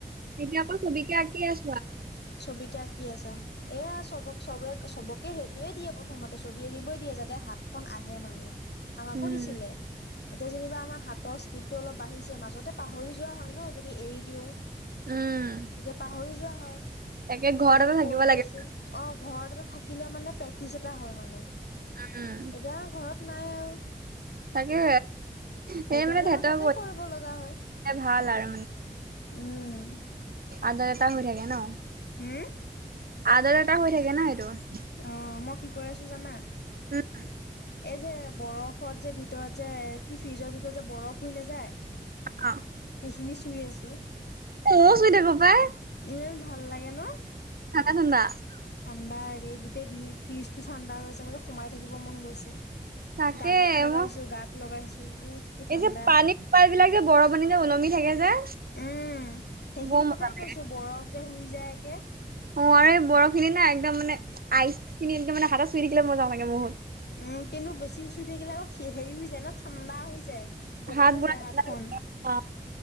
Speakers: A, on the right (about 60°); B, on the left (about 85°).
A: এতিয়া আকৌ ছবিকে আঁকি আছ
B: ছবিকে কি আছা, এয়া চবক-চবে-চবক এ সেইটোৱে দিয়ে প্ৰথমতে, ছবি আঁকিবই দিয়ে যাতে হাতখন আহে মানে। আমাকো
A: উম,
B: দিছিলে। এতিয়া যেনিবা আমাৰ হাতৰ স্পীডটো অলপ বাঢ়িছে মাজতে পাহৰি যোৱা হয় ন' যদি এৰি দিওঁ।
A: উম।
B: তেতিয়া পাহৰি যোৱা হয়।
A: তাকে
B: এতিয়া
A: ঘৰতে
B: আমি
A: থাকিব
B: কৰি
A: লাগে
B: আছোঁ, অ', ঘৰত এটা থাকিলে মানে প্ৰেক্টিচ এটা হয়, মানে। এতিয়া
A: উম।
B: ঘৰত নাই আৰু।
A: তাকে। সেই
B: সেইকাৰণে
A: মানে তেহেতৰ
B: আৰু তাতে কৰিব লগা হয়,
A: ভাল আৰু
B: উম।
A: আদৰ এটা হৈ থাকে ন?
B: হম
A: আদৰ এটা হৈ থাকে ন! এইটো?
B: অ', মই কি কৰি আছোঁ জানা?
A: <unintelligible>
B: এই যে, বৰফত যে, ভিতৰত যে, কি ফ্ৰিজৰ ভিতৰত যে, বৰফ হৈ নেযায়?
A: অ
B: সেইখিনি চুই আছোঁ।
A: ময়ো চুই থাকো পাই
B: ইমান ভাল লাগে ন?
A: ঠাণ্ডা ঠাণ্ডা
B: ঠাণ্ডাৰে গোট তে, ভি-ফ্ৰিজটো ঠাণ্ডা হৈ আছে, মানে সোমাই থাকিব মন গৈছে।
A: তাকে,
B: গালত লগাইছো
A: মোৰ
B: গাত লগাইছো উহ কি ঠাণ্ডা
A: এই যে, পানী <unintelligible> যে, বৰফ এনেকে উ উলমি থাকে যে
B: উম, সেইখিনি
A: বৰ মজা
B: কথাই
A: লাগে
B: কৈছোঁ, বৰফ যে, হুই যায় একে
A: অ', আৰু এই বৰফখিনি না, একদম মানে আইচখিনি এনেকে মানে হাতে চুই থাকিলে মজা লাগে বহুত
B: উম, কিন্তু বেছি চুই থাকিলে আকৌ হেৰি হৈ যায় ন' ঠাণ্ডা হৈ যায়, বগা
A: হাত
B: হৈ
A: পুৰা
B: যায় হাতখন।
A: অ